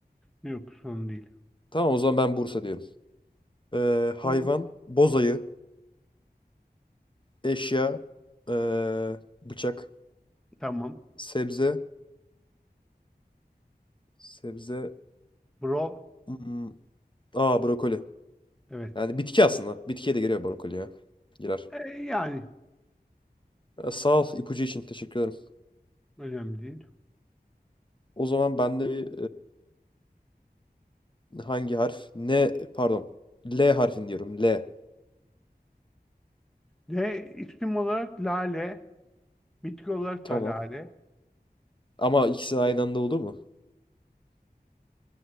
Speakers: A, in the centre; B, on the left.
A: Yok sorun değil.
B: Tamam o zaman ben Bursa diyorum. Ee, hayvan,
A: Tamam.
B: bozayı, eşya, ee, bıçak,
A: Tamam.
B: sebze, Sebze.
A: Bro.
B: Hmm. Aa brokoli.
A: Evet.
B: Yani bitki aslında. Bitkiye de giriyor brokoli ya. Girer.
A: E, yani
B: Ee, sağ ol ipucu için teşekkür ederim.
A: önemli değil.
B: O zaman ben de bir e, hangi harf? Ne pardon. L harfini diyorum. L.
A: D. isim olarak lale. Bitki olarak
B: Tamam.
A: da lale.
B: Ama ikisi aynı anda olur mu?